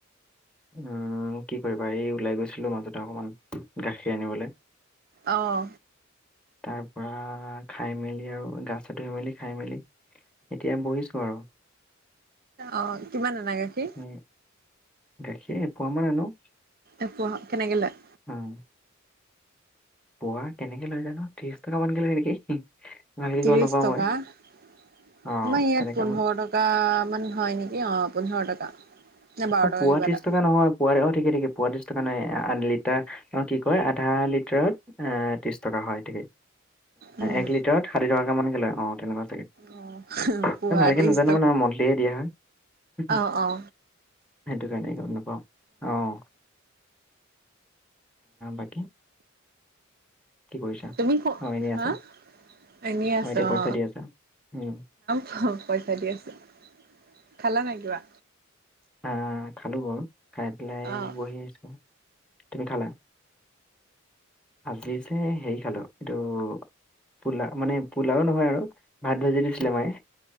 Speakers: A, in the centre; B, on the right (about 50°).
A: উম। কি কৰিবা, এই ওলাই গৈছিলোঁ মাজতে অকণমান। গাখীৰ আনিবলৈ।
B: অহ।
A: তাৰ পৰা খাই মেলি আৰু, গা -চা ধুই মেলি, খাই মেলি এতিয়া বহিছোঁ আৰু।
B: অ' কিমান আনা গাখীৰ?
A: উম। গাখীৰ এপোৱামান আনো।
B: এপোৱা কেনেকে লয়?
A: উম। পোৱা কেনেকে লৈ জানো! ত্ৰিশ টকা মানকে লয় নেকি! ভালকে
B: ত্ৰিছ
A: গম নাপাওঁ
B: টকা।
A: মই
B: আমা
A: অ
B: ইয়াত
A: তেনেকে
B: পোন্ধৰ
A: ম-
B: টকা টকামান হয় নেকি, অঁহ। পোন্ধৰ টকা। নে বাৰ
A: অ'
B: টকা
A: পোৱা
B: কিবা
A: ত্ৰিশ
B: এটা
A: টকা নহয় পোৱাৰে। অহ। ঠিক। ঠিকে। পোৱা ত্ৰিছ টকা নহয়। আ লিটাৰ, অ কি কয় আধা লিটাৰত এ ত্ৰিছ টকা হয়, ঠিকে।
B: উম
A: এক লিটাৰত ষাঠি টকামানকে লয়। অঁ তেনেকুৱা চাগে।
B: অ পুৱা
A: ভালকে
B: ত্ৰিছ
A: নাজানো মানে। মন্থলিয়ে দিয়া হয়।
B: অহ।
A: সেইটো কাৰণে গম নাপাওঁ অঁ বাকী কি কৰিছা
B: তুমি ফো
A: অ এনেই
B: হা
A: আছা
B: এনেই আছো
A: এতিয়া পইচা
B: অ
A: দি আছা। উম,
B: হ পইচা দি আছো খালা নাই কিবা
A: হা খালোঁ বাৰু খাই পেলাই
B: অঁ
A: বহি আছো তুমি খালা? আজি যে হেৰি খালো এইটো পোলা মানে পোলাও নহয় আৰু ভাত ভাজি দিছিলে মায়ে